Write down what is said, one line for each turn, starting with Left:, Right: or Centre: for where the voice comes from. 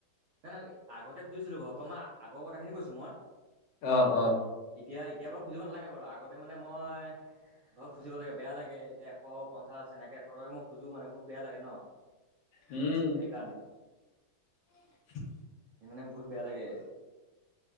Right: নাই- নাই আগতে খুজিছিলো ঘৰৰ পৰা মই, আগৰ কথাখিনি কৈছোঁ মই।
Left: অ অহ।
Right: এতিয়া এতিয়া বাৰু খুজিব নালাগে বাৰু, আগতে মানে মই ঘৰত খুজিব লাগে, বেয়া লাগে। এতিয়া এশ পঞ্চাশছে এনেকে, এশ টকাকে মই খোজো মানে, বহুত বেয়া লাগে ন।
Left: উম।
Right: সেইকাৰণে
Left: <inaudible>
Right: এই মানে বহুত বেয়া লাগে।